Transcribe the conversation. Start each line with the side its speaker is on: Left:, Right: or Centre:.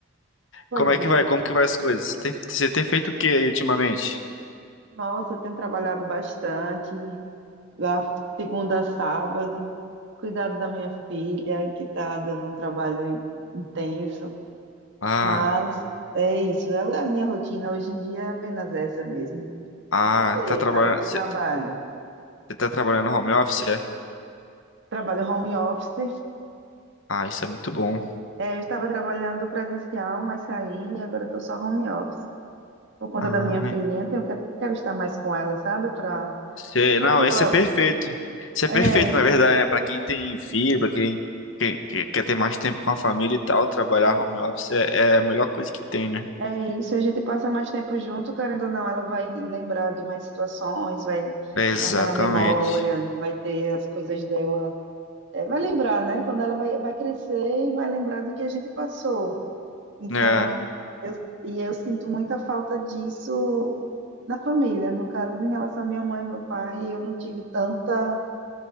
Right: Pois
Left: Como é
Right: é.
Left: que vai? Como que vai as coisas? Tem- você tem feito o que aí ultimamente?
Right: Nossa, eu tenho trabalhado bastante, da segunda a sábado, cuidado da minha filha, que tá dando um trabalho in- intenso.
Left: Ah,
Right: Mas é isso. é A minha rotina hoje em dia é apenas essa mesmo.
Left: ah,
Right: E você,
Left: tá trabalhando.
Right: além do
Left: Você
Right: trabalho?
Left: você tá trabalhando home office, é?
Right: Trabalho home office.
Left: Ah, isso é muito bom.
Right: É, eu estava trabalhando presencial, mas saí e agora estou só home office. por conta
Left: Ah,
Right: da minha filhinha, tenho que, quero estar mais com ela, sabe? Para
Left: Sei, não,
Right: que ela.
Left: isso é perfeito. Isso é
Right: É,
Left: perfeito, na verdade, né? Pra quem tem filho, pra quem, quem- que- quer ter mais tempo com a família e tal, trabalhar
Right: é,
Left: home office é, é a melhor coisa que tem, né?
Right: é isso, a gente passa mais tempo junto, querendo ou não, ela vai lembrar de mais situações, vai
Left: Exatamente.
Right: guardar na memória, vai ter as coisas dela. É, vai lembrar, né? Quando ela vai, vai crescer e vai lembrar do que a gente passou. Então,
Left: É,
Right: eu, e eu sinto muita falta disso na família. No caso, em relação à minha mãe e meu pai, eu não tive tanta,